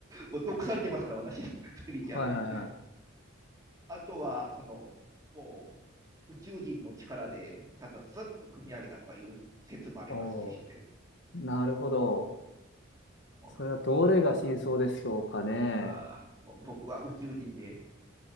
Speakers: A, on the right (about 15°); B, on the left (about 60°).
A: もう毒されてますから、私、スピリチュアルに。
B: はいはいはい。
A: あとは、その、もう、宇宙人の力で、ちゃんとスッと組み上げたとかいう説もありますし、
B: おなるほど。
A: <laughs>
B: それはどれが真相でしょうかね。
A: あもう僕は宇宙人で、